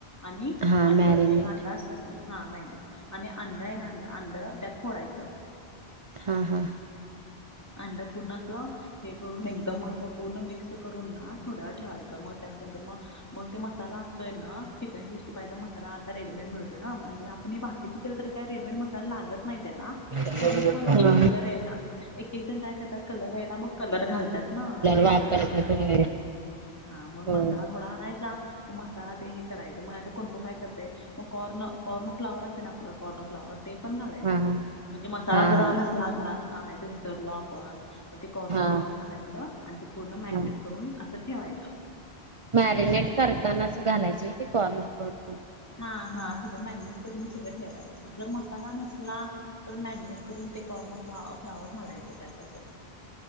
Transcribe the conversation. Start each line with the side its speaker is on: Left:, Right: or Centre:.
Left: आणि
Right: हा
Left: अंडं
Right: मॅरिनेट
Left: एक अंडा असं हा मॅरीनेट आणि अंड आहे ना अंड त्यात फोडायचं.
Right: हा हां
Left: अंड पूर्ण असं हे करून एकदम असं पूर्ण मिक्स करून ना थोडं वेळ ठेवायचं मग त्यातं मग मग ते मसाला असतोय ना चिकन सिक्स्टी फायचा मसाला आता रेडीमेड मिळतो. ना म्हणजे आपण हे बाकीच केलं तरी काय रेडीमेड मसाला लागत नाही त्याला
Right: <unintelligible>
Left: तरी पण म्हणजे कलर यायला. एक एक जण काय करतात कलर यायला मग कलर घालतात ना रेड
Right: वापरतात
Left: कलर ते न असं.
Right: होय.
Left: हा मग
Right: होय
Left: मसाला थोडा आणायचा म मसाला ते हे करायच मग आता कोणकोण काय करते. मग कॉर्न कॉर्न फ्लावर असे ना आपलं कॉर्न फ्लावर. ते पण घालायचं
Right: हा हा
Left: म्हणजे मसाला
Right: हा
Left: जरा
Right: हा
Left: नसला घरात आणायच विसरलो आपण मग ते कॉर्न
Right: हा
Left: फ्लावर घालायचं आणि ते पूर्ण मॅगिनेट
Right: हा
Left: करून असं ठेवायचं.
Right: मॅरिनेट करताना अस घालायचे ते कॉर्न फ्लोअर पण
Left: हा हा सगळं मॅगिनेट करून सगळं ठेवायचं जर मसाला नसला. तर मॅरिनेट करून ते कॉर्न फ् फ्लावर घालायचं त्यातं